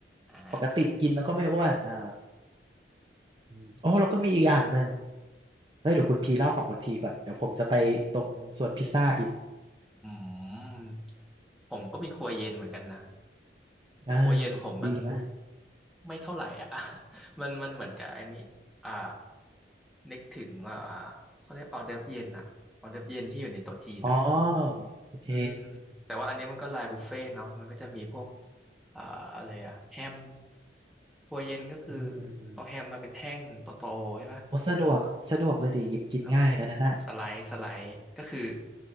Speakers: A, in the centre; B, on the right (about 25°).
A: อ่า
B: ปกติกินแล้วก็ไม่อ้วนอ่าอืมโอ้แล้วก็มีอีกอย่างหนึ่งเฮ้ยเดี๋ยวคุณพีเล่าของคุณพีก่อนเดี๋ยวผมจะไปตรงส่วนพิซซ่าอีก
A: อืมผมก็มีครัวเย็นเหมือนกันนะแต่ครัวเย็นผมมัน
B: อ่าดีไหมโย
A: ไม่เท่าไหร่อ่ะ <laughs> มันมันเหมือนกับอันนี้อ่านึกถึงอ่าเขาเรียกออเดิร์ฟเย็นอ่ะออเดิร์ฟเย็นที่อยู่ในโต๊ะจีนอ่ะ
B: อ๋อโอเค
A: อืมแต่ว่าอันนี้มันก็ไลน์บุฟเฟ่ต์เนาะมันก็จะมีพวกอ่าอะไรอ่ะแฮมครัวเย็นก็คือ
B: อืมอืมอืม
A: เอาแฮมมาเป็นแท่งโตๆใช่ปะ
B: โอ้สะดวกสะดวกเลยดิหยิบกินง่ายแล้วนะน่ะ
A: แล้วก็สไลด์สไลด์ก็คือ